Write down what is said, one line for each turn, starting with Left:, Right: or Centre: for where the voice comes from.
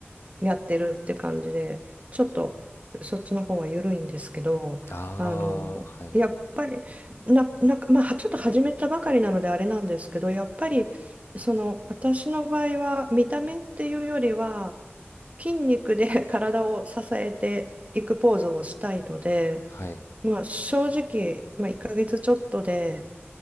Right: やってるって感じで、ちょっとそっちの方は緩いんですけど、
Left: ああ、
Right: あの、
Left: はい、
Right: やっぱり、な、なんか、まあ、ちょっと始めたばかりなのであれなんですけど、やっぱり、その、私の場合は、見た目っていうよりは、筋肉で <laughs> 体を支えていくポーズをしたいので、
Left: はい。
Right: まあ、正直、まあ、1ヶ月ちょっとで、